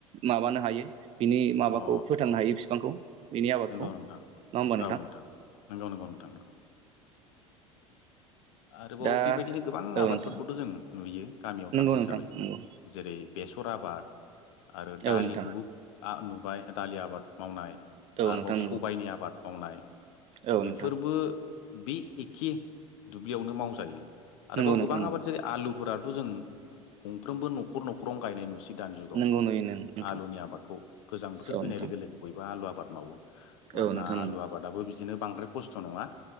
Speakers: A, on the right (about 35°); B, on the left (about 65°).
A: माबानो हायो बिनि माबाखौ
B: अ
A: फोथांनो हायो बिफांखौ। बिनि आबादखौ
B: नंगौ नोंथां
A: नङा होमबा
B: औ नोंथां नंगौ - नंगौ नोंथां। आरोबाव
A: दा
B: बेबायदिनो गोबां
A: औ
B: आबादफोरबोथ'
A: नोंथां
B: जों नुयो। गामियाव
A: नंगौ
B: थानाय हिसाबै
A: नोंथां नंगौ
B: जेरै बेसर आबाद आरो
A: औ
B: दालिखौबो
A: नोंथां
B: नुबाय दालि आबाद मावनाय
A: औ
B: आरोबाव
A: नोंथां नंगौ
B: सबायनि आबाद मावनाय
A: औ
B: बेफोरबो
A: नोंथां
B: बे एखे दुब्लियावनो मावजायो आरोबाव
A: नंगौ नोंथां
B: गोबां
A: नंगौ
B: आबाद जेरै आलुफोरा थ' जों गंफ्रोमामबो न'खर- न'खरावनो गायनाय नुसै। दानि जुगाव
A: नंगौ नुयो नोंथां
B: आलुनि आबादखौ गोजां बोथोर
A: औ
B: फैनाय
A: नोंथां
B: लोगो- लोगो बयबो आलु आबाद मावो। मानोना
A: औ नोंथां
B: आलु आबादाबो बिदिनो बांद्राय खस्थ' नङा